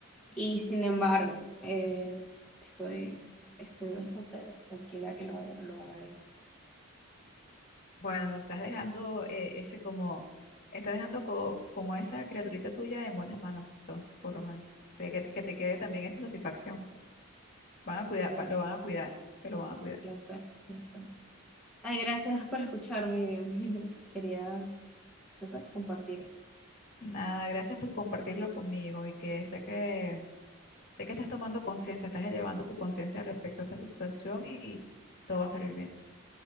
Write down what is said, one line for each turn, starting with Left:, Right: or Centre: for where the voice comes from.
Centre: Y sin embargo, eh, estoy, estoy bastante tranquila que lo haga, lo haga ella. sí.
Left: Bueno, nos estás dejando eh, ese como, estás dejando co- como esa criaturita tuya en buenas manos, entonces, por lo menos, de que, que te quede también esa satisfacción. Van a cuidar,
Centre: Ok,
Left: va- lo van a cuidar, que lo van a cuidar.
Centre: lo sé, lo sé. Ay, gracias por escucharme, Miriam. <laughs> Quería, no sé, compartir esto.
Left: Nada, gracias por compartirlo conmigo y que sé que, sé que estás tomando conciencia, estás elevando tu conciencia respecto a esta situación y todo va a salir bien.